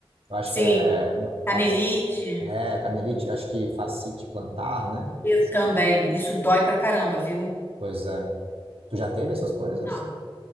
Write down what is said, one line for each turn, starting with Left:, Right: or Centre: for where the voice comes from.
Right: Eu acho
Left: Sim,
Right: que é hum,
Left: canelite
Right: faz é canelite, acho que fascite plantar, né?
Left: e-
Right: Essa
Left: também. Isso dói pra caramba, viu?
Right: coisa. Tu já teve essas coisas?
Left: Não.